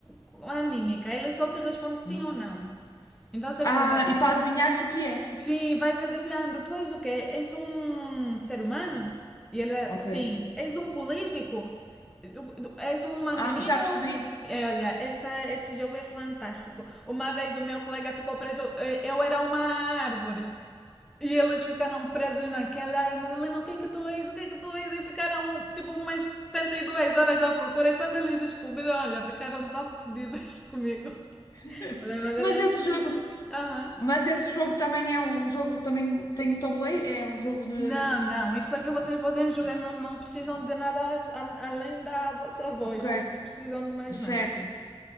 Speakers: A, in the centre; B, on the left.
A: com a mímica. Ele só te responde sim
B: Ah,
A: ou não. Então você
B: Ah,
A: pergunta.
B: e para adivinhares o que é.
A: Sim, vai se adivinhando. Tu és o quê? És um ser humano? E ele, é,
B: Ok.
A: sim. És um político? Tu- tu- És uma
B: Ah,
A: menina?
B: já percebi.
A: Ou... É, olha, essa, esse jogo é fantástico. Uma vez o meu colega ficou preso. eh, Eu era uma árvore. E eles ficaram presos naquela. Ai, Madalena, o que é que tu és? O que é que tu és? E ficaram tipo umas 72 horas à procura. E quando eles descobriram, olha, ficaram tão fodidas <laughs> comigo.
B: <laughs>
A: Olha, Madalena.
B: Mas esse jogo,
A: Aham.
B: mas esse jogo também é um jogo, também tem um tabuleiro, é um jogo de.
A: Não, não, isto é que vocês podem jogar, não, não precisam de nada a- a- além da vossa voz,
B: Ok,
A: não precisam de mais
B: certo.
A: nada.